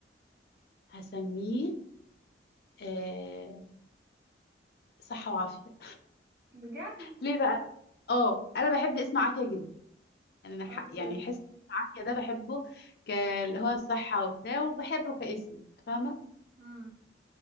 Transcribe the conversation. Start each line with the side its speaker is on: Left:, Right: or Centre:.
Left: هسميه آه صحة وعافية
Right: بجد
Left: ليه بقى؟ اه انا بحب اسم عافية جدا يعني انا ح-
Right: اوكي
Left: يعني حس عافية ده بحبه ك- اللي هو الصحة وبتاع وبحبه كاسم فاهمة؟
Right: امم